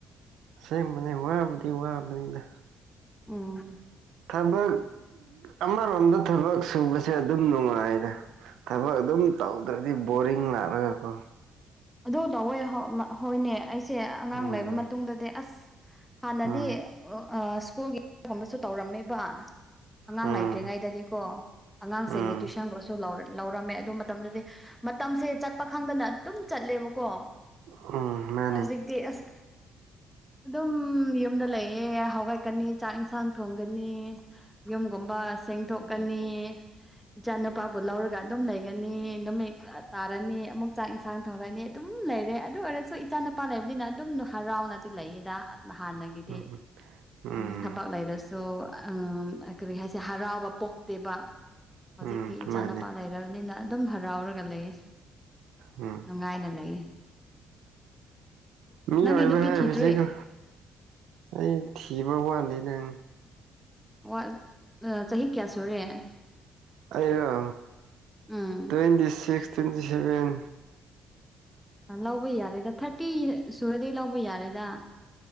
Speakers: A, on the right; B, in the centre.
A: ꯑꯁꯦꯡꯕꯅꯦ ꯋꯥꯕꯨꯗꯤ ꯋꯥꯕꯅꯤꯗ
B: ꯎꯝ
A: ꯊꯕꯛ ꯑꯃꯔꯣꯝꯗ ꯊꯕꯛ ꯁꯨꯕꯁꯦ ꯑꯗꯨꯝ ꯅꯨꯡꯉꯥꯏꯗ ꯊꯕꯛ ꯑꯗꯨꯝ ꯇꯧꯗ꯭ꯔꯥꯗꯤ ꯕꯣꯔꯤꯡ ꯂꯥꯛꯂꯒꯀꯣ
B: ꯑꯗꯨ ꯗꯧꯋꯦ ꯍꯣ ꯍꯣꯏꯅꯦ ꯑꯩꯁꯦ ꯑꯉꯥꯡ
A: ꯎꯝ
B: ꯂꯩꯕ ꯃꯠ ꯇꯨꯡꯗꯥꯗꯤ ꯑꯁ ꯍꯥꯟꯅꯗꯤ
A: ꯎꯝ
B: ꯑꯥ ꯁ꯭ꯀꯨꯜꯒꯤꯒꯨꯝꯕꯁꯨ ꯇꯧꯔꯝꯃꯦꯕ ꯑꯉꯥꯡ
A: ꯎꯝ
B: ꯂꯩꯇ꯭ꯔꯤꯉꯩꯗꯗꯤꯀꯣ ꯑꯉꯥꯡꯁꯤꯡꯒꯤ
A: ꯎꯝ
B: ꯇꯨꯏꯁꯟꯗꯨꯁꯨ ꯂꯧ ꯂꯧꯔꯝꯃꯦ ꯑꯗꯨ ꯃꯠ ꯇꯝꯗꯥꯗꯤ ꯃꯇꯝꯁꯦ ꯆꯠꯄ ꯈꯪꯗꯅ ꯑꯗꯨꯝ ꯆꯠꯂꯦꯕꯀꯣ
A: ꯎꯝ ꯃꯥꯅꯦ
B: ꯍꯧꯖꯤꯛ ꯇꯤ ꯑꯁ ꯑꯗꯨꯝ ꯌꯨꯝꯗ ꯂꯩꯌꯦ ꯍꯧꯒꯠꯀꯥꯅꯤ ꯆꯥꯛ ꯏꯟꯁꯥꯡ ꯊꯣꯡꯒꯅꯤ ꯌꯨꯝꯒꯨꯝꯕ ꯁꯦꯡꯊꯣꯛꯀꯥꯅꯤ ꯏꯆꯥ ꯅꯨꯨꯄꯥꯕꯨ ꯂꯧꯔꯒ ꯑꯗꯨꯝ ꯂꯩꯒꯅꯤ ꯅꯨꯃꯤꯠ ꯇꯥꯔꯅꯤ ꯑꯃꯨꯛ ꯆꯥꯛ ꯏꯟꯁꯥꯡ ꯊꯧꯔꯥꯅꯤ ꯑꯗꯨꯝ ꯂꯩꯔꯦ ꯑꯗꯨ ꯑꯣꯏꯔꯁꯨ ꯏꯆꯥ ꯅꯨꯄꯥ ꯂꯩꯕꯅꯤꯅ ꯑꯗꯨꯝ ꯍꯔꯥꯎꯅꯗꯤ ꯂꯩꯌꯦꯗ ꯅꯍꯥꯟꯅ ꯒꯤꯗꯤ
A: ꯎꯝ ꯎꯝ
B: ꯑꯝ ꯊꯕꯥꯛ ꯂꯩꯔꯁ ꯁꯨ ꯑꯥꯝ ꯑꯥ ꯀꯔꯤ ꯍꯥꯏꯁꯦ ꯍꯔꯥꯎꯕ ꯄꯣꯛꯇꯦꯕ ꯍꯧꯖꯤꯛꯇꯤ
A: ꯎꯝ
B: ꯏꯆꯥꯅꯨꯄꯥ
A: ꯃꯥꯅꯦ
B: ꯂꯩ ꯔꯥꯕꯅꯤꯅ ꯑꯗꯨꯝ ꯍꯔꯥꯎꯔꯒ ꯂꯩ
A: ꯎꯝ
B: ꯉꯥꯏꯅ ꯂꯩꯌꯦ
A: ꯃꯤ
B: ꯅꯪꯗꯤ
A: ꯑꯣꯏꯕ
B: ꯅꯨꯄꯤ
A: ꯍꯥꯏꯕꯁꯤꯒꯣ
B: ꯊꯤꯗ꯭ꯔꯤ
A: ꯑꯩ ꯊꯤꯕ ꯋꯥꯠꯂꯤ ꯅꯪ
B: <unintelligible> ꯑꯥ ꯆꯍꯤ ꯀꯌꯥ ꯁꯨꯔꯦ
A: ꯑꯩꯔꯣ
B: um
A: twenty six twenty seven
B: ꯑꯥ ꯂꯧꯕ ꯌꯥꯔꯦꯗ ꯊꯥꯔꯇꯤ ꯁꯨꯔꯗꯤ ꯂꯧꯕ ꯌꯥꯔꯦꯗ